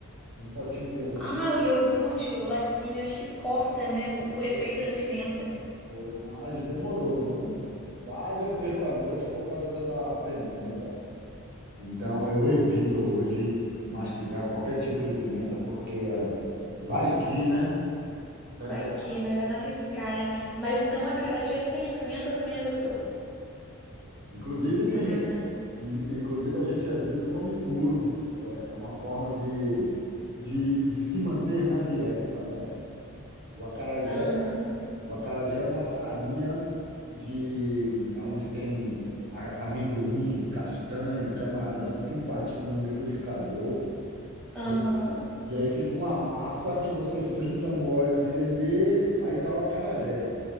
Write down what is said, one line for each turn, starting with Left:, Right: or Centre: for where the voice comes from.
Right: um potinho de iogurte.
Centre: Ah, o iogurte, o laticínio, acho que corta, né? O, o
Right: É,
Centre: efeito da pimenta.
Right: Foi, mas demorou, viu? Quase eu perco a noite por causa dessa pimenta. Então eu evito hoje mastigar qualquer tipo de pimenta, porque é, vai que, né? Pebe-
Centre: Vai que é melhor não arriscar, né? Mas então a acarajé sem a pimenta também é gostoso.
Right: Inclusive, tem,
Centre: Ah, então.
Right: inclusive a gente às vezes come puro. É é uma forma de, de, de se manter na dieta, né? O acarajé
Centre: Aham,
Right: O acarajé é uma farinha de onde tem a- amendoim, castanha, camarão, tudo batido no liquidificador.
Centre: aham.
Right: E, e aí fica uma massa que você frita no óleo de dendê, aí dá o acarajé.